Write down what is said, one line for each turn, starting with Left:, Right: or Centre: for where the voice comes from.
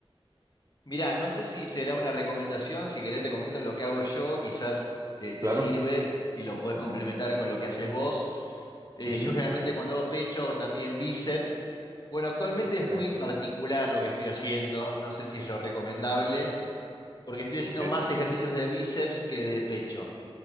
Left: Mirá, no sé si será una recomendación, si querés te comento lo que hago yo, quizás te, te
Right: Claro.
Left: sirve y lo puedes
Right: Ujú,
Left: complementar con lo que haces vos. Eh,
Right: ujú.
Left: yo generalmente cuando hago pecho o también bíceps. Bueno, actualmente
Right: Ok,
Left: es muy particular lo que estoy haciendo. No sé si es lo recomendable, porque estoy haciendo
Right: ok.
Left: más ejercicios de bíceps que de pecho.